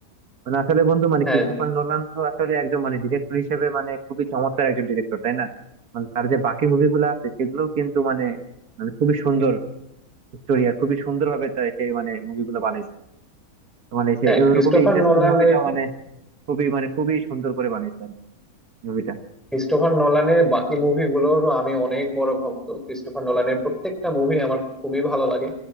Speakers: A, on the right; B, in the centre.
A: মানে আসলে বন্ধু মানে
B: হ্যাঁ
A: ক্রিস্টোফার নোলান তো আসলে একজন মানে ডিরেক্টর হিসেবে মানে খুবই চমৎকার একজন ডিরেক্টর তাই না মানে তার যে বাকি মুভিগুলো আছে সেগুলো কিন্তু মানে মানে খুবই সুন্দর স্টোরি আর খুবই সুন্দর ভাবে সে মানে মুভিগুলো বানাইছে তো মানে সে
B: হ্যাঁ
A: এরকমই
B: ক্রিস্টোফার
A: ইন্টারেস্টিং
B: নোলানের
A: মুভিটা মানে খুবই মানে খুবই সুন্দর করে বানাইছে মুভিটা
B: ক্রিস্টোফার নোলানের বাকি মুভিগুলোরও আমি অনেক বড় ভক্ত ক্রিস্টোফার নোলানের প্রত্যেকটা মুভি আমার খুবই ভালো লাগে